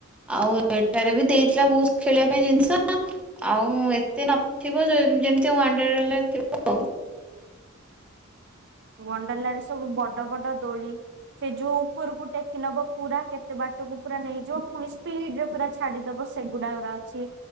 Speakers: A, in the centre; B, on the right.
A: ଆଉ ଏଠାରେ ବି ଦେଇଥିଲା ବହୁତ ଖେଳିବା ପାଇଁ ଜିନିଷ। ଆଉ ଏତେ ନଥିବ ଯେ-ଯେମତି ୱାଣ୍ଡ୍ରେରେଲା ରେ ଥିବ ଆଉ।
B: ୱାଣ୍ଡ୍ରେଲା ରେ ସବୁ ବଡ ବଡ ଦୋଳି। ସେ ଯୋଉ ଉପରକୁ ଟେକି ନବ ପୁରା କେତେ ବାଟକୁ ପୁରା ନେଇଯିବ ପୁଣି ସ୍ପିଡରେ ପୁରା ଛାଡିଦବ ସେଗୁଡାକ ଅଛି।